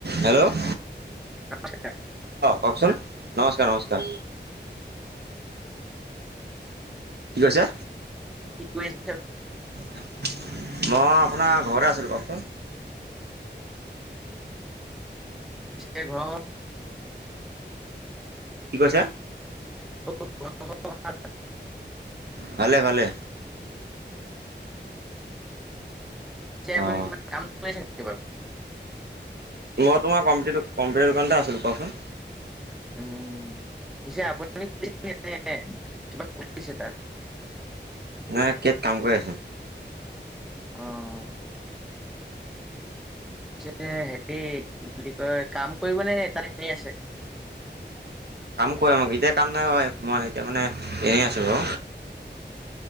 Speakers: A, on the right; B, in the centre.
A: Hello অ',
B: নমস্কাৰ
A: কওকচোন নমস্কাৰ, নমস্কাৰ। কি কৈছে?
B: কি কৰি আছে
A: মই আপোনাৰ ঘৰতে আছিলোঁ কওকচোন।
B: এ, ঘৰ
A: কি কৈছা?
B: <inaudible>
A: ভালে, ভালে।
B: আপুনি
A: অঁ
B: কিবা কামছে নেকি বাৰু?
A: মই তোমাৰ কম্পিউাৰ- কম্পিউটাৰ দোকানতে আছিলোঁ কওকচোন।
B: উম, পিছে আপুনি এ, কিবা কৰিছে তাত?
A: ম কাত কাম কৰি আছো।
B: অ'। যে হেৰি কি বুলি কয় কাম কৰিবনে এটা এনেই আছে।
A: কয় আ মোক এতিয়া কাম নাই মই এতিয়া মানে এনেই আছো আৰু।